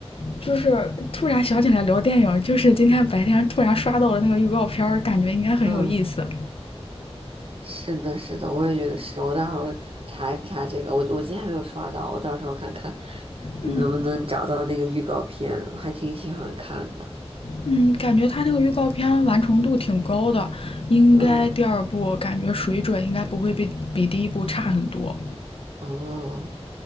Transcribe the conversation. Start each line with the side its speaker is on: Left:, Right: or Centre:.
Left: 就是突然想起来聊电影，就是今天白天突然刷到了那个预告片儿，感觉应该很有意思。
Right: 嗯。是的，是的，我也觉得是。我待会儿查一查这个，我我今天还没有刷到，我到时候看看能不能找到那个预告片，
Left: 嗯。
Right: 我还挺喜欢看的。
Left: 嗯，感觉他那个预告片完成度挺高的，应该第二部感觉水准应该不会比比第一部差很多。
Right: 嗯，哦，